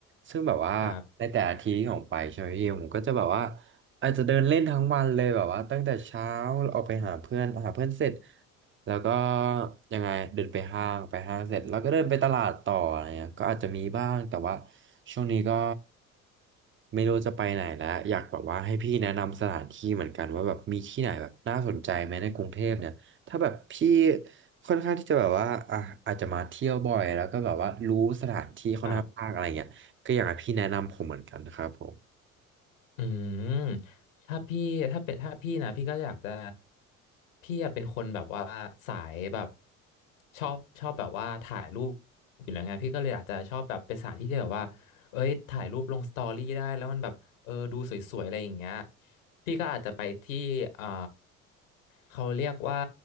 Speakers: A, on the right (about 30°); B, on the left (about 70°).
A: ซึ่งแบบว่าในแต่ละทีที่ผมไปใช่ไหมพี่ผมก็จะแบบว่า
B: คร
A: อาจจะเดินเล่นทั้งวันเลยแบบว่าตั้งแต่เช้าออกไปหาเพื่อนหาเพื่อนเสร็จ แล้วก็ยังไงเดินไปห้างไปห้างเสร็จแล้วก็เดินไปตลาดต่ออะไรเงี้ยก็อาจจะมีบ้างแต่ว่าช่วงนี้ก็ไม่รู้จะไปไหนแล้วอยากแบบว่าให้พี่แนะนำสถานที่เหมือนกันว่าแบบมีที่ไหนแบบน่าสนใจไหมในกรุงเทพเนี่ยถ้าแบบพี่ค่อนข้างที่จะแบบว่าอ่ะอาจจะมาเที่ยวบ่อยแล้วก็แบบว่ารู้สถานที่ค่อนข้างมากอะไรเงี้ยก็อยากให้พี่แนะนำผมเหมือนกันนะครับผม
B: ับ อืมถ้าพี่ถ้าเป็นถ้าพี่นะพี่ก็อยากจะพี่อะเป็นคนแบบว่าสายแบบชอบชอบแบบว่าถ่ายรูปอยู่แล้วไงพี่ก็เลยอาจจะชอบแบบเป็นสถานที่ที่แบบว่าเอ้ยถ่ายรูปลงสตอรี่ได้แล้วมันแบบเออดูสวยๆอะไรอย่างเงี้ยพี่ก็อาจจะไปที่อ่าเขาเรียกว่า